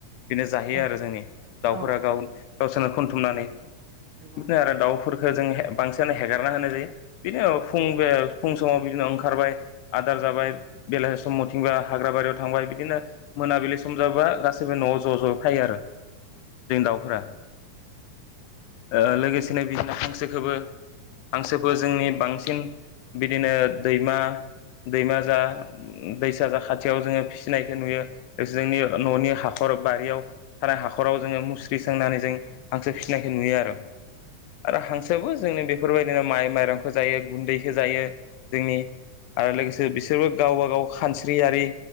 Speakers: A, on the left (about 85°); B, on the right (about 75°).
A: बेनो जाहैयो
B: औ
A: आरो जोंनि दाउफोरा
B: औ
A: गाव
B: औ
A: गावसोरनो खथुमनानै
B: नंगौ
A: बिदिनो आरो दाउफोर। फोर जोङो बांसिनानो हेगारना होनाय जायो बिदिनो फु ओ फुं समाव बिनो खारबाय आदार जाबाय बेलासि समावथिंबा हाग्रा बारियाव थांबाय बिदिनो मोनाबिलि सम जाबाय। दा गाैबो न'आव ज' ज' फायो आरो जोंनि दाउफोरा। ओ लोगोसेनो बिदिनो हांसोखौबो। हांसोखौ जोंनि बांसिन बिदिनो दैमा। दैमा जा दैसा जा खाथियाव जोङो फिसिनायखौ नुयो लोगोसे जोंनि न'नि हाखर। बारियाव थानाय हाखराव जोङो मुस्रि सोंनानै जों हांसो फिसिनायखौ नुयो आरो। आरो हांसोबो जोंनि बेफोरबायदिनो माइ माइरंखौ जायो गुन्दैखौ जायो जोंनि। आरो लोगोसे बिसोरबो गावबा गाव खानस्रियि